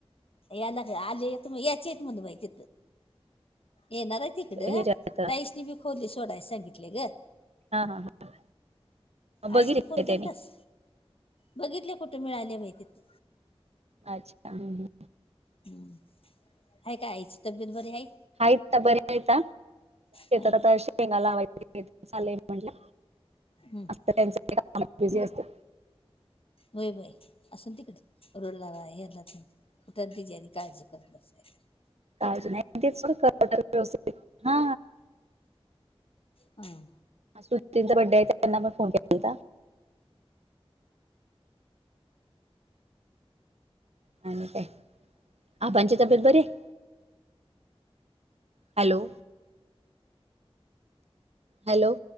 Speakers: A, on the left; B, on the right.
A: याला का आल य त म याचे येत म्हला माहिती येणार आहे तिकडं
B: हे जे आता-
A: ताईशनी बी खोली सोडाय सांगितले ग.
B: हा हा हा बघितले
A: आईसनी फोन
B: त्याने
A: केल तस बघितले कुठे मिळाले माहितीथ.
B: अच्छा हमम.
A: हम्म आहे का आईची तब्येत बरी आहे.
B: आयता बरीयता.
A: हां
B: ात आ शेंगाला चा म्हटलं.
A: हम.
B: त्यां बिझी असतं
A: होय बाय असून तिकड <unintelligible> तर तेजी अन् काळजी करत असायला
B: काज नाही ते व्यवस्थित हा
A: हम.
B: सुतींचा बड्डे आहे त्यांना पण फोन केला होता. आणि काय आबांची तब्येत बरी आहे. हॅलो. हॅलो